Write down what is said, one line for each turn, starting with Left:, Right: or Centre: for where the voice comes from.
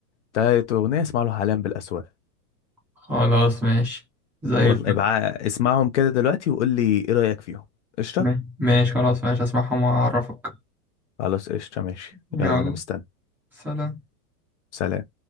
Left: تالت اغنيه اسمع له حلام بالاسواق
Centre: خلاص ماشي زي
Left: والله
Centre: الفل
Left: ابقى اسمعهم كده دلوقتي وقول لي ايه رايك فيهم قشطه
Centre: ما- ماشي خلاص ماشي اسمعهم واعرفك
Left: خلاص قشطه ماشي
Centre: يلا
Left: يلا انا مستني
Centre: سلام
Left: سلام